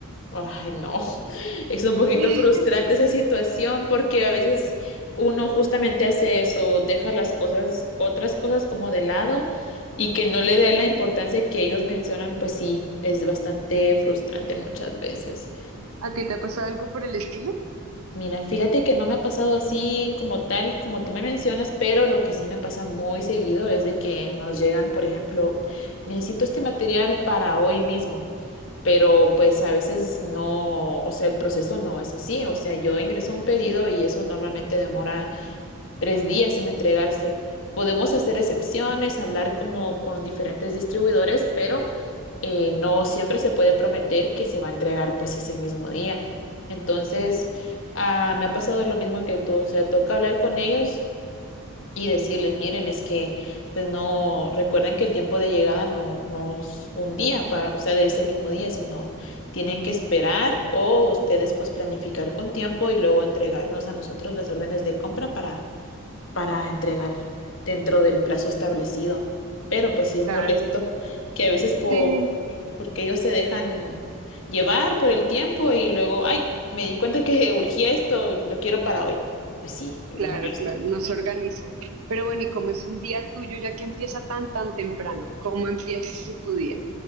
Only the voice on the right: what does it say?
<laughs>
¿A ti te ha pasado algo por el estilo?
Claro,
sí,
claro,
claro, no se organizan. Pero bueno, ¿y cómo es un día tuyo ya que empieza tan, tan temprano? ¿Cómo empiezas tú tu día?